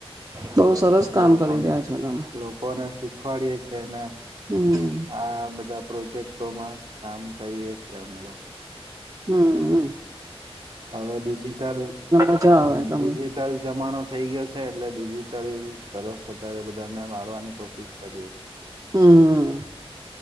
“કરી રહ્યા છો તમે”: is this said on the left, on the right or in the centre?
Right